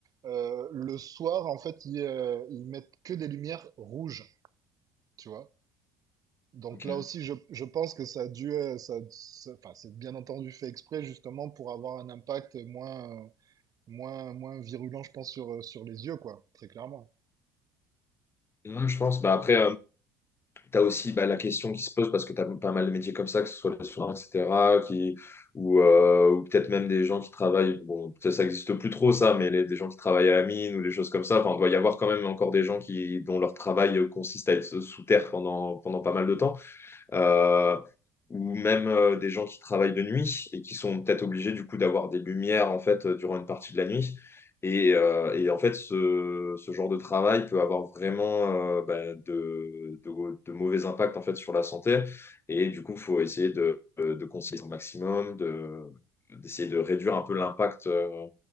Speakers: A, on the right; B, on the left.
A: euh, le soir, en fait, ils, euh, ils mettent que des lumières rouges. tu vois. Donc
B: Ok.
A: là aussi, je, je pense que ça a dû, euh, ça, ça- enfin, c'est bien entendu fait exprès justement pour avoir un impact moins, euh, moins, moins virulent, je pense, sur, euh, sur les yeux, quoi, très clairement.
B: Ouais, je pense. Bah, après, tu as aussi bah, la question qui se pose parce que tu as pas mal de métiers comme ça, que ce soit les soins, etc., qui, ou, euh, ou peut-être même des gens qui travaillent. Bon, peut-être ça n'existe plus trop, ça, mais les, des gens qui travaillent à la mine ou des choses comme ça. Enfin, il doit y avoir quand même encore des gens qui, dont leur travail euh, consiste à être sous terre pendant, pendant pas mal de temps euh, ou même euh, des gens qui travaillent de nuit et qui sont peut-être obligés du coup d'avoir des lumières en fait euh, durant une partie de la nuit. Et, euh, et en fait, ce, ce genre de travail peut avoir vraiment euh, bah, de, de- de mauvais impacts en fait sur la santé. Et du coup, il faut essayer de, de conseiller au maximum, de, d'essayer de réduire un peu l'impact euh,